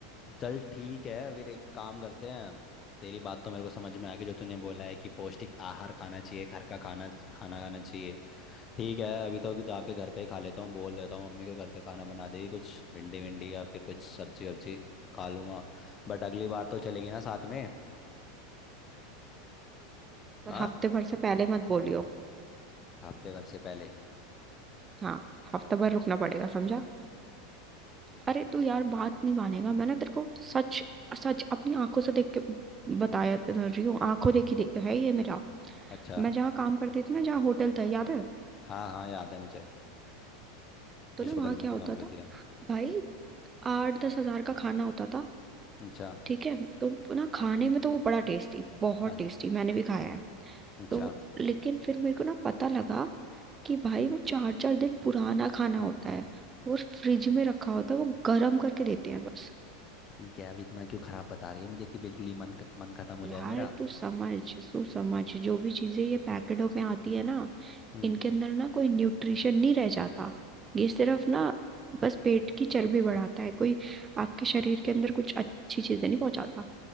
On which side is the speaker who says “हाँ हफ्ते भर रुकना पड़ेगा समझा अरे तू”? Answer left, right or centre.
Right